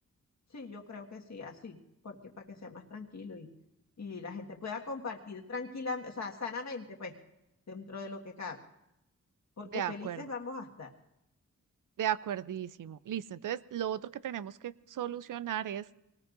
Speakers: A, on the left; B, on the right.
A: Sí, yo creo que sí, así, porque para que sea más tranquilo y, y la gente pueda compartir tranquila, o sea, sanamente, pues, dentro de lo que cabe, porque
B: De
A: felices
B: acuerdo,
A: vamos a estar.
B: de acuerdísimo. Listo, entonces lo otro que tenemos que solucionar es